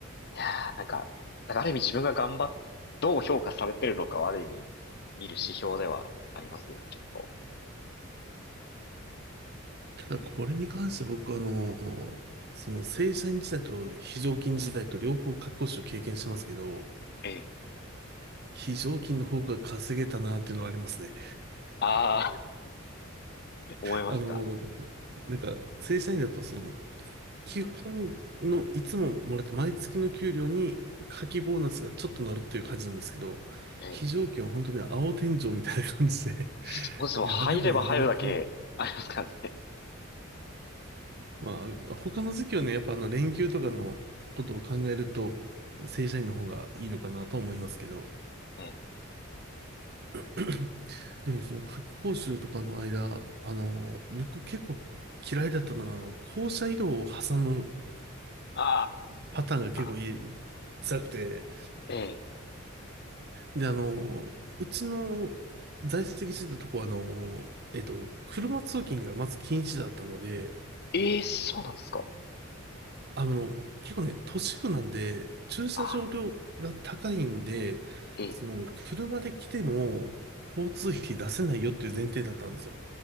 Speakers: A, on the left (about 50°); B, on the right (about 50°).
A: いやー、なんか、なんかある意味自分が頑張っ、どう評価されてるのかはある意味見る指標ではありますよね、ちょっと。
B: ただこれに関しては僕はあの、その正社員時代と非常勤時代と両方夏期講習を経験してますけど、
A: ええ。
B: 非常勤の方が稼げたなっていうのはありますね。
A: ああ、<laughs> 思いますか。
B: あの、なんか正社員だとその、基本のいつももらって毎月の給料に夏季ボーナスがちょっと乗るっていう感じなんですけど、
A: ええ。
B: 非常勤は本当に青天井みたいな感じで
A: そうですねもん入れば入るだけありますからね。
B: <laughs> やればやるだけ。まあ、他の時期はね、やっぱあの連休とかのことを考えると、正社員の方がいいのかなと思いますけど、
A: ええ。
B: <clears throat> でもその夏季講習とかの間、あの、僕結構嫌いだったのが、あの、校舎移動を挟む
A: あ
B: パターンが結構いい辛くて、
A: あ、ええ。
B: で、あの、うちの在籍してたとこは、あの、えっと、車通勤がまず禁止だったので、
A: ええ、そうなんですか。
B: あの、結構ね、都市部なんで、駐車場料が高いんで、
A: ああ、ええ、
B: その、車で来ても、交通費出せないよっていう前提だったんですよ。